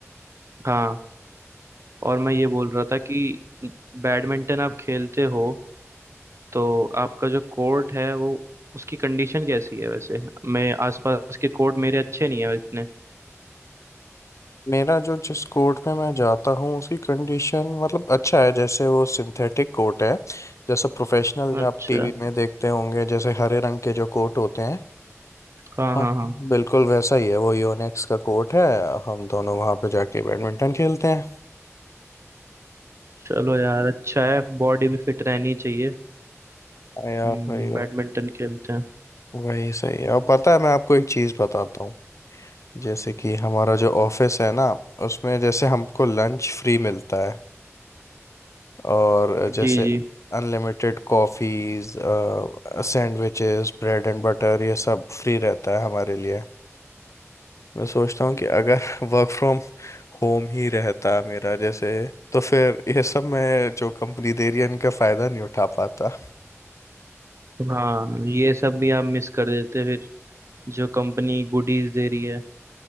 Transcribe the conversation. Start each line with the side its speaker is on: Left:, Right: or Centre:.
Right: हाँ और मैं ये बोल रहा था कि बैडमिंटन आप खेलते हो तो आपका जो कोर्ट है वो उसकी कंडीशन कैसी है वैसे मैं आसपास के कोर्ट मेरे अच्छे नहीं है वैसे
Left: मेरा जो जिस कोर्ट में मैं जाता हूँ उसकी कंडीशन मतलब अच्छा है जैसे वो सिंथेटिक कोर्ट है जैसे प्रोफेशनल
Right: अच्छा
Left: आप टीवी में देखते होंगे जैसे हरे रंग के जो कोर्ट होते हैं
Right: हाँ
Left: हाँ
Right: हाँ हाँ
Left: बिल्कुल वैसा ही है वो योनेक्स का कोर्ट है हम दोनों वहाँ पे जाके बैडमिंटन खेलते हैं
Right: चलो यार अच्छा है बॉडी भी फिट रहनी चाहिए
Left: हाँ यार
Right: हम्म
Left: भाई
Right: बैडमिंटन
Left: अब
Right: खेलते हैं
Left: वही सही है और पता है मैं आपको एक चीज़ बताता हूँ जैसे कि हमारा जो ऑफिस है ना उसमें जैसे हमको लंच फ्री मिलता है और जैसे
Right: जी जी
Left: unlimited coffees sandwiches bread and butter ये सब फ्री रहता है हमारे लिए मैं सोचता हूँ कि अगर <laughs> वर्क फ्रॉम होम ही रहता मेरा जैसे तो फिर ये सब मैं जो कंपनी दे रही है इनका फ़ायदा नहीं उठा पाता
Right: हाँ ये सब भी आप मिस कर देते फिर जो कंपनी गुडीज दे रही है